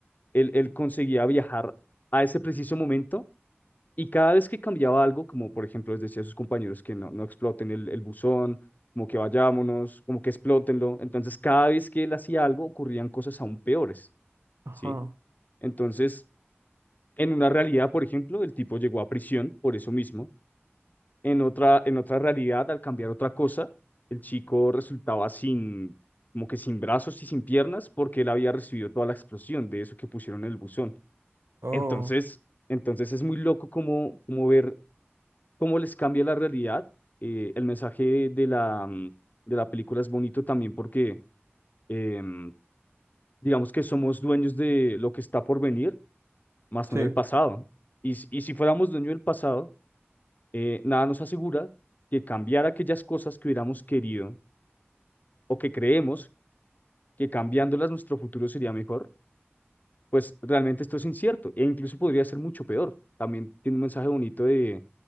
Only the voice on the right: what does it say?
Ajá.
Oh,
sí,